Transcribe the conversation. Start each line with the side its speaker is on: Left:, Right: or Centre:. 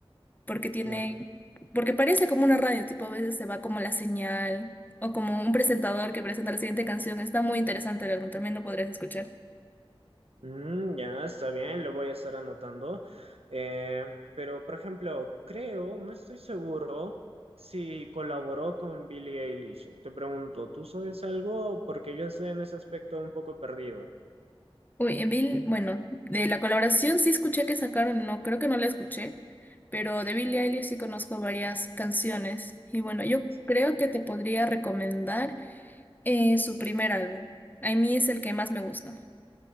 Left: porque tiene,
Right: claro.
Left: porque parece como una radio, tipo a veces se va como la señal o como un presentador que presenta la siguiente canción. Está muy interesante el álbum, también lo podrías escuchar.
Right: Mm, ya, está bien, lo voy a estar anotando. Eh, pero, por ejemplo, creo, no estoy seguro si colaboró con Billie Eilish. Te pregunto, ¿tú sabes algo? Porque yo estoy en ese aspecto un poco perdido.
Left: Uy, Bill, bueno, de la colaboración sí escuché que sacaron, no, creo que no la escuché, pero de Billie Eilish sí conozco varias canciones. Y bueno, yo
Right: Sí,
Left: creo que te podría recomendar eh, su primer álbum. A mí es el que más me gusta.